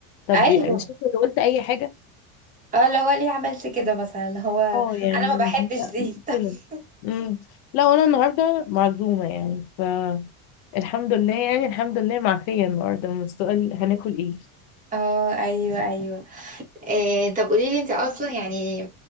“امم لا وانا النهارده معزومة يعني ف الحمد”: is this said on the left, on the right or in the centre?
Left